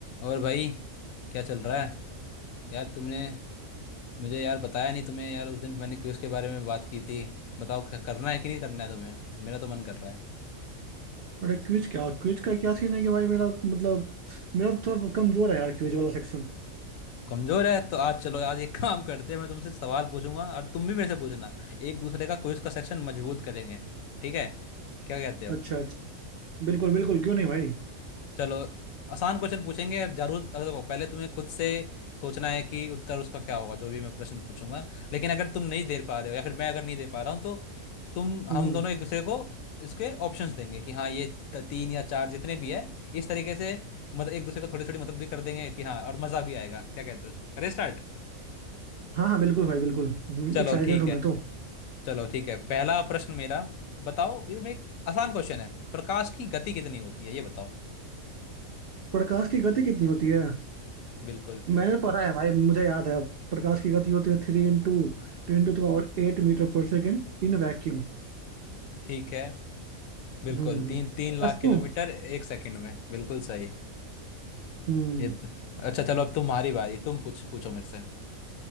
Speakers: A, on the left; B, on the right.
A: और भाई क्या चल रहा है यार तुमने मुझे यार बताया नहीं तुम्हें यार उस दिन मैंने क्विज के बारे में बात की थी बताओ ख- करना है कि नहीं करना है तुम्हें मेरा तो मन कर रहा है
B: अरे क्विज क्या क्विज का क्या सीन है कि भाई मेरा मतलब मेरा तो थोड़ा कमजोर है यार क्विज वाला सेक्शन
A: कमजोर है तो आज चलो आज एक <laughs> काम करते हैं मैं तुमसे सवाल पूछूंगा और तुम भी मेरे से पूछना एक दूसरे का क्विज का सेक्शन मजबूत करेंगे ठीक है क्या कहते हो
B: अच्छा अच्छा बिल्कुल बिल्कुल क्यों नहीं भाई
A: चलो आसान क्वेश्चन पूछेंगे जरूर अगर देखो पहले तुम्हें खुद से सोचना है कि उत्तर उसका क्या होगा जो भी मैं प्रश्न पूछूंगा लेकिन अगर तुम नहीं दे पा रहे हो या फिर मैं अगर नहीं दे पा रहा हूँ तो तुम हम
B: हम्म
A: दोनों एक दूसरे को इसके ऑप्शंस देंगे कि हाँ ये त- तीन या चार जितने भी है इस तरीके से मदद एक दूसरे को थोड़ी थोड़ी मदद भी कर देंगे कि हाँ और मज़ा भी आएगा क्या कहते हो करें स्टार्ट
B: हाँ हाँ बिल्कुल भाई बिल्कुल
A: चलो
B: एक्साइटेड
A: ठीक
B: हूँ
A: है
B: मैं तो
A: चलो ठीक है पहला प्रश्न मेरा बताओ ये मैं एक आसान क्वेश्चन है प्रकाश की गति कितनी होती है ये बताओ
B: प्रकाश की गति कितनी होती है
A: बिल्कुल
B: मैंने तो पढ़ा है भाई मुझे याद है प्रकाश की गति होती है three into two into power eight metre per second in vacuum
A: ठीक है बिल्कुल
B: हम्म हम्म
A: तीन तीन
B: क्या मैं
A: लाख
B: सही
A: किलोमीटर
B: हूँ?
A: एक सेकंड में बिल्कुल सही
B: हम्म
A: ये त- अच्छा चलो अब तुम्हारी बारी तुम पूछ पूछो मेरे से